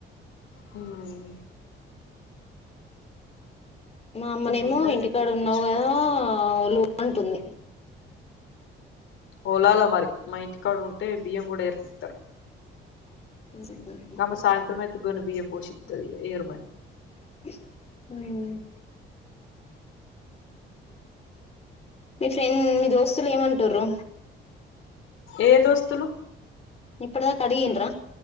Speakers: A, on the left; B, on the left.
A: హ్మ్
B: మా అమ్మనేమో
A: ఏం కాదు
B: ఇంటికాడ
A: ఇగ తిట్టిపిచ్చుకోండి
B: ఉన్నావు కదా ఒలువు అంటుంది
A: ఓలాల మరి మా ఇంటికాడ ఉంటే బియ్యం కూడా ఏర్పితరు
B: అ <inaudible>
A: గమ్మ సాయంత్రం అయితే గాని బియ్య పోషితది ఏరుమంది
B: అ మీ ఫ్రెండ్ మీ దోస్తులు ఏమంటురు
A: ఏ దోస్తులు
B: ఇప్పుడుదాకడిగిన్లు